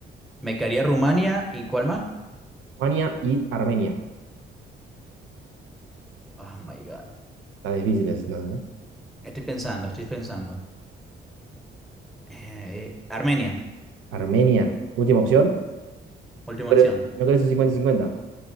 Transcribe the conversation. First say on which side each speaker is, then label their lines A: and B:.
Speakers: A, in the centre; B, on the right.
A: Me quedaría Rumania y ¿cuál más?
B: Rumania y Armenia.
A: Oh my God.
B: Está difícil es, no sé.
A: Estoy pensando, estoy pensando. Eh, Armenia,
B: Armenia, última opción.
A: última
B: ¿No crees,
A: opción.
B: no crees un cincuenta-cincuenta.